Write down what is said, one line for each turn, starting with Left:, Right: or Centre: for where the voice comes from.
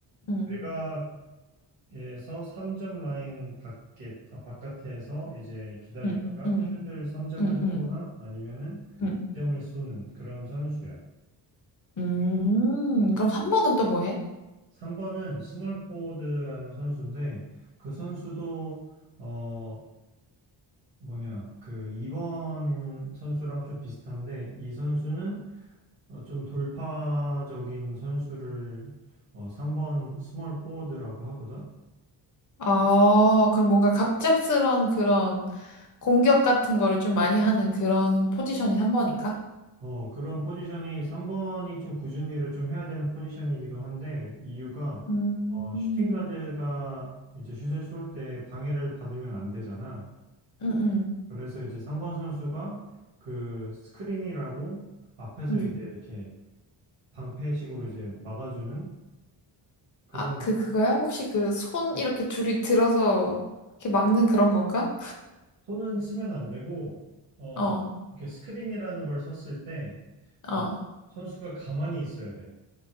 Left: 응,
Right: 외곽에서 3점 라인 밖에 아, 바깥에서 이제 기다리다가
Left: 응, 응,
Right: 슛을 3점을
Left: 응, 응,
Right: 쏘거나 아니면은
Left: 응.
Right: 2점을 쏘는 그런 선수야.
Left: 음, 그럼 3번은 또 뭐 해?
Right: 3번은 스몰 포워드라는 선수인데 그 선수도 어, 뭐냐, 그 2번 선수랑 좀 비슷한데 이 선수는 어, 좀 돌파적인 선수를 어, 3번 스몰 포워드라고 하거든.
Left: 아, 그럼 뭔가 갑작스런 그런 공격 같은 거를 좀 많이 하는 그런 포지션이 3번인가?
Right: 어, 그런 포지션이 3번이 좀 꾸준히를 좀 해야 되는 포지션이기도 한데 이유가
Left: 음,
Right: 어,
Left: 음,
Right: 슈팅 가드가 이제 슛을 쏠 때 방해를 받으면 안 되잖아.
Left: 음, 음,
Right: 그래서 이제 3번 선수가 그 스크린이라고 앞에서
Left: 음.
Right: 이제 이렇게 방패식으로 이제 막아주는 그런
Left: 아, 그, 그거야? 혹시 그 손 이렇게 둘이 들어서 이렇게 막는 그런 건가?
Right: 손은 쓰면 안 되고, 어,
Left: 어.
Right: 음. 이렇게 스크린이라는 걸 썼을 때,
Left: 어.
Right: 어, 선수가 가만히 있어야 돼.